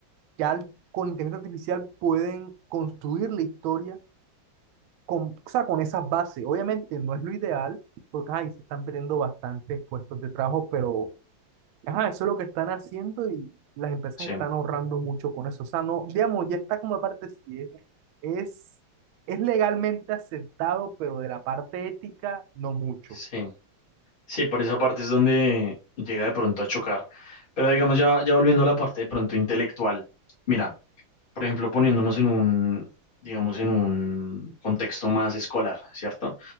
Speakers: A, on the right; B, on the left.
A: Ya al- con inteligencia artificial pueden construir la historia con, o sea, con esas bases. Obviamente no es lo ideal, porque ahí se están perdiendo bastantes puestos de trabajo, pero ajá, eso es lo que están haciendo y las empresas
B: sí,
A: están ahorrando mucho con eso. O sea, no, digamos, ya está como parte si es, es, es legalmente aceptado, pero de la parte ética, no mucho.
B: sí. Sí, por esa parte es donde llega de pronto a chocar. Pero digamos, ya, ya volviendo a la parte de pronto intelectual, mira, por ejemplo, poniéndonos en un, digamos, en un contexto más escolar, ¿cierto?